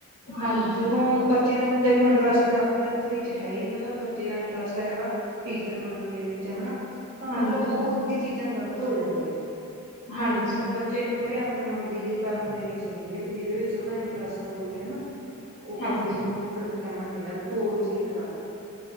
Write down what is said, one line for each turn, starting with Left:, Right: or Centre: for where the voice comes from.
Left: ਹਾਂਜੀ
Right: ਜਦੋਂ ਬ ਬੱਚੀ ਦਾ ਹੁਣ ਦੇਖੋ ਇੰਟਰਸਟ ਡਾਕਟਰ ਵਿੱਚ ਹੈ ਹੀ ਨੀ ਉਹਦਾ ਬੱਚ, ਇਹਦਾ ਇੰਟਰਸਟ, ਹੈਗਾ ਟੀਚਰ ਬਣਨ ਦੇ ਵਿੱਚ ਹਨਾ ਤਾਂ
Left: ਹਾਂਜੀ
Right: ਮਤਲਬ ਉਹ ਉੱਥੇ ਚੀਜ਼ਾਂ ਗਲਤ, ਹੋ ਜਾਂਦੀਆਂ ਨੇ।
Left: ਹਾਂਜੀ
Right: ਮਤਲਬ ਬੱਚੇ ਨੂੰ ਥੋੜੇ ਆ। ਆਪਣੇ ਮੰਨ ਦੇ ਵਿੱਚ, ਕਰਨ ਦੇਣੀ ਚਾਹੀਦੀ ਹੈ ਵੀ ਜ ਜਿਸ ਵਿੱਚ ਉਹਦਾ ਇੰਟਰਸਟ ਹੋਵੇ ਹਨਾ। ਉਹ ਵੀ
Left: ਹਾਂਜੀ
Right: ਚੀਜ਼ ਉਹਨੂੰ ਦ ਕਹਿਣਾ ਚਾਹੀਦਾ ਵੀ ਤੂੰ ਉਹੀ ਚੀਜ਼ ਕਰ।